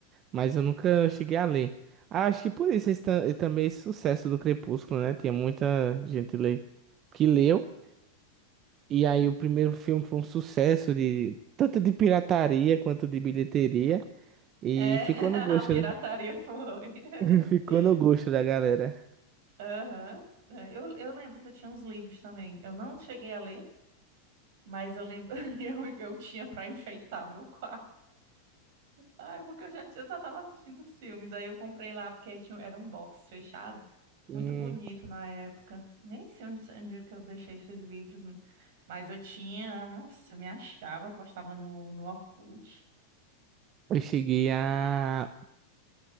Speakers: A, on the right (about 30°); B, on the right (about 65°).
A: mas eu nunca cheguei a ler. Ah, Acho que por isso esse, ta- também esse sucesso do Crepúsculo, né? Tinha muita gente le- que leu. E aí o primeiro filme foi um sucesso de tanto de pirataria quanto de bilheteria e
B: é, <laughs>
A: ficou no gosto,
B: a pirataria foi. <laughs>
A: <laughs> ficou no gosto da galera.
B: Aham. É, Eu, eu lembro que eu tinha uns livros também. Eu não cheguei a ler, mas eu lembro, <laughs> eu, eu tinha para enfeitar meu quarto. Ai, porque eu já, tinha- eu já tava assistindo os filmes. Aí eu comprei lá porque tinha, era um box fechado,
A: Hum,
B: muito bonito na época. Nem sei onde, onde é que eu deixei esses livros, né? mas eu tinha, nossa, eu me achava, eu postava no, no Orkut.
A: eu cheguei a,